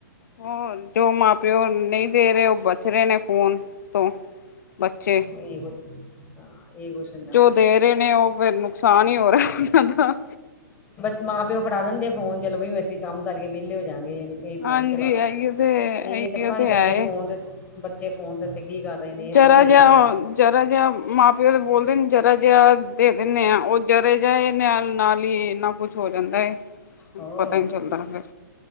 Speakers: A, on the left; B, on the left.
A: ਹੋਰ ਜੋ ਮ ਪਿਓ ਨਹੀਂ ਦੇ ਰਹੇ ਉਹ ਬਚ ਰਹੇ ਨੇ ਫ਼ੋਨ ਤੋਂ, ਬੱਚੇ।
B: ਇਹੋ ਈ, ਹਾਂ ਇਹ ਕੁਛ ਹੁੰਦਾ
A: ਜੋ
B: ਪਿਆ।
A: ਦੇ ਨੇ ਉਹ ਫੇਰ ਨੁਕਸਾਨ ਹੀ ਹੋ ਰਹਾ ਉਹਨਾ ਦਾ।
B: ਮਾਂ-ਪਿਓ ਫੜਾ ਦਿੰਦੇ ਆ ਫੋਨ ਚਲੋ ਬਈ ਵੀ ਅਸੀਂ ਕੰਮ ਕਰਕੇ ਵਿਹਲੇ ਹੋ ਜਾਂਗੇ। ਇਹ
A: ਹਾਂਜੀ
B: ਫੋਨ ਚਲਾ ਲੈਣ,
A: ਇਹੀਓ ਤੇ ਇਹੀਓ
B: ਇਹ ਤੇ ਪਤਾ ਨੀ ਬੱਚੇ
A: ਹੈ ਏ।
B: ਫੋਨ ਦੇ ਬੱਚੇ ਫੋਨ ਦੇ ਉੱਤੇ। ਕੀ ਕਰ ਰਹੇ ਨੇ ਇਹ
A: ਜਰਾ
B: ਥੋੜਾ ਵੇਖ
A: ਜਿਆ
B: ਰਹੇ
A: ਹੋਨਨ
B: ਨੇ
A: ਜਰਾ ਜਿਆ ਮਾਂ ਪਿਓ ਦੇ ਬੋਲਦੇਨ ਜਰਾ ਜਿਆ ਦੇ ਦਿੰਨੇ ਆਂ, ਉਹ ਜਰਾ ਜਿਆ ਨਾਲ ਹੀ ਇਹਨਾ ਕੁਛ ਹੋ ਜਾਂਦਾ ਏ,
B: ਹੋਰ
A: ਪਤਾਈ ਨੀਂ ਚੱਲਦਾ ਫੇਰ।